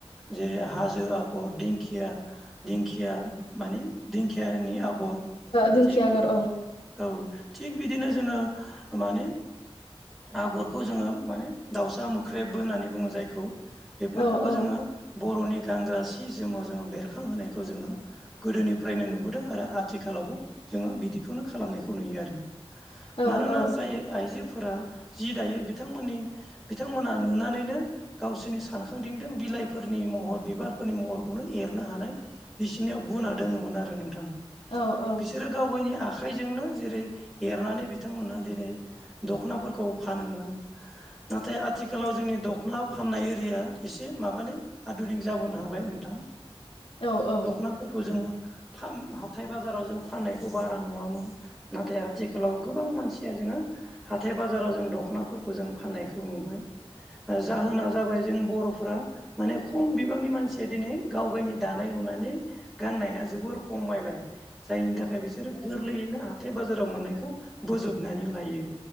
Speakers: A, in the centre; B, on the left.
A: जेरै हाजो आगर दिखिया दिंखिया माने दिंखियानि आगर
B: दिंखिया
A: थिक
B: आगर
A: बे
B: औ
A: औ। थिग बिदिनो जोङो माने आगरखौ जोङो माने दाउसा मोख्रेबबो होननानै बुङो जायखौ। बेफोरखौबो
B: औ औ
A: जोङो बर'नि गानग्रा सि जोमाव जोङो बेरखांहोनाय खौ जोङो गोदोनिफ्रायनो नुबोदों आरो आथिखालावबो जोङो बिदिखौनो खालामनायखौ नुयो आरो।
B: औ
A: मानोना
B: औ
A: जाय आइजो फोरा जि दायो बिथांमोननि बिथांमोना नुनानैनो गावसोरनि सानखांदिंदों बि बिलाइफोरनि महर बिबारफोरनि महरखौनो एरनो हानाय बिसिनियाव गुना दङोमोन आरो नोंथां।
B: औ औ औ
A: बिसोरो गाव गावनि आख खाइजोंनो जेरै एरनानै बिथांमोनहा दिनै दख'नाफोरखौ फानोमोन नाथाय आथिखालाव जोंनि दखना फाननाय एरिया एसे माबानि आधुनिक जाबोनो हाबाय नोंथां।
B: औ औ।
A: फोरखौ जोङो हाथाय बाजाराव जों फाननायखौ बारा नुङामोन नाथाय आथिखालाव गोबां मानसिया जोङो हाथाय बाजाराव जों दखनाफोरखौ जों फाननायखौ नुबाय। जाहोना जाबाय जों बर' फ्रा माने खम बिबांनि मानसिया दिनै गाव गावनि दानाय लुनानै गाननाया जोबोर खमायबाय, जायनि थाखाय बिसोरो गोरलैयैनो हाथ थाय बाजाराव मोननायखौ बोजबनानै लायो।